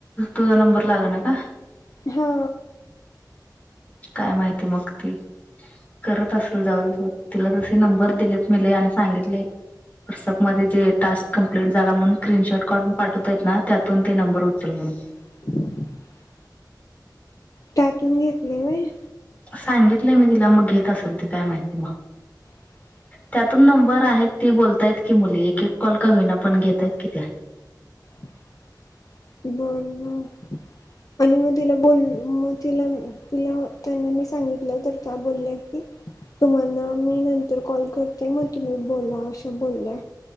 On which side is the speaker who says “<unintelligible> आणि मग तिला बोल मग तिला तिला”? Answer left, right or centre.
Left